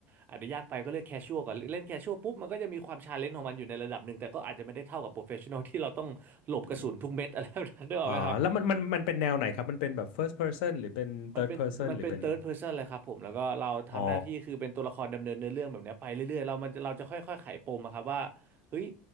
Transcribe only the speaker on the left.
อมอ๋อแล้วมันมันมันเป็นแนวไหนครับมันเป็นแบบ first person หรือเป็น
third person หรือเป็น
อ๋อ